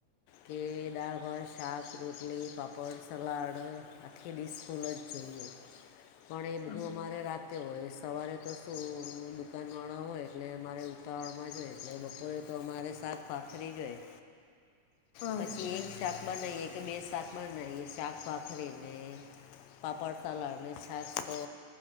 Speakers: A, on the left; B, on the left.
A: કે દાળ, ભાત, શાક, રોટલી, પાાપડ, સલાડ કે ડિસ ફુલ જ જોઈએ.
B: <unintelligible>
A: પણ એ બધું
B: હમ
A: અમારે રાત તે હોય. સવારે તો શું દુકાનવાળા હોય એટલે મારે ઉતાવળમાં જ હોય. બપરે તો અમારે સાક પાથરી જોય,
B: અચ્છા
A: પછી એક શાક બનાઈએ કે બે શાક બનાઈએ શાક-ભાખરીને પાપડ, સલાડ ને છાસ તો